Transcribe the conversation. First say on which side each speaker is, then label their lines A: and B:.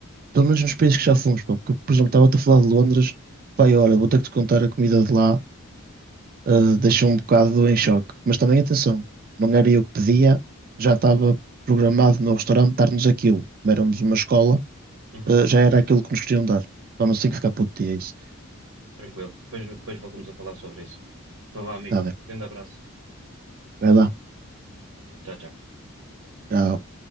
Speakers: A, on the right (about 40°); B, on the right (about 70°).
A: pelo menos nos países que já fomos, pá, porque, por exemplo, estava-te a falar de Londres, pá, e olha, vou ter que te contar a comida de lá, Uh, deixou um bocado em choque. Mas também atenção, não era eu que pedia, já estava programado no restaurante dar-nos aquilo. Como éramos uma escola,
B: uhum.
A: uh, já era aquilo que nos queriam dar. Vamos assim que ficar puto dia isso.
B: Tranquilo. Depois, depois voltamos a falar sobre isso. Então vá, amigo.
A: Está bem,
B: Grande abraço.
A: vai lá.
B: Tchau, tchau.
A: Tchau.